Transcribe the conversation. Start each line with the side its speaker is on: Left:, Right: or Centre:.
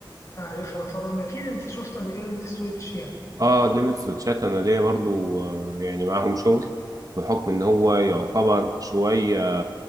Left: تعرفها طبعا أكيد أنت شفتها بكلمة السويتش يعني
Right: اه ليميت سويتشات انا ليا برضو آه، يعني معاهم شغل بحكم ان هو يعتبر شويه